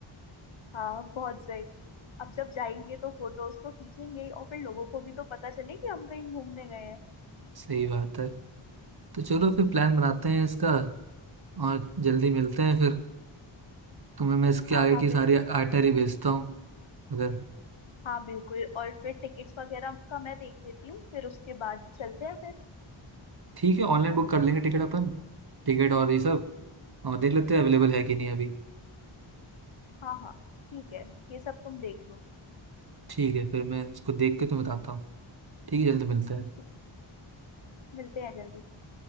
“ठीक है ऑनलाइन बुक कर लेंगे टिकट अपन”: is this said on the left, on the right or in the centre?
Right